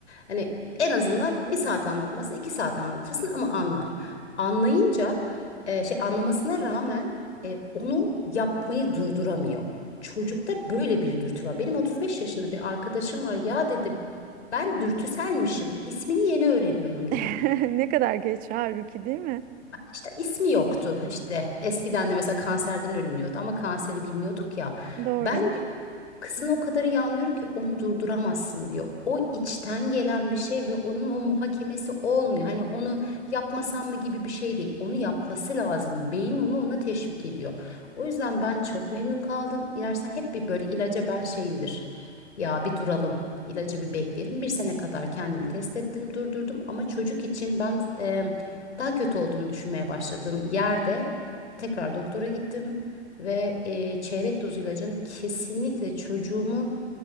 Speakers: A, on the left; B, on the right.
A: Hani en azından bir saat anlatmasın, iki saat anlatırsın ama anlar. Anlayınca e, şey anlamasına rağmen e, onu yapmayı durduramıyor. Çocukta böyle bir dürtü var. Benim 35 yaşında bir arkadaşım var. Ya dedi ben dürtüselmişim. İsmini yeni öğreniyorum dedi
B: <laughs> Ne kadar geç halbuki değil mi?
A: mesela ismi yoktu işte. Eskiden de mesela kanserden ölünüyordu ama kanseri bilmiyorduk ya.
B: Doğru.
A: Ben diyor, kızın o kadar iyi anlıyorum ki onu durduramazsın diyor. O içten gelen bir şey ve onun o muhakemesi olmuyor. Hani onu yapmasam mı gibi bir şey değil. Onu yapması lazım. Beyin onu ona teşvik ediyor. O yüzden ben çok memnun kaldım. İlersen hep bir böyle ilaca ben şeyimdir. Ya bir duralım. ilacı bir bekleyelim. Bir sene kadar kendimi test ettim, durdurdum. Ama çocuk için ben daha kötü olduğunu düşünmeye başladığım yerde tekrar doktora gittim ve e, çeyrek doz ilacın kesinlikle çocuğumun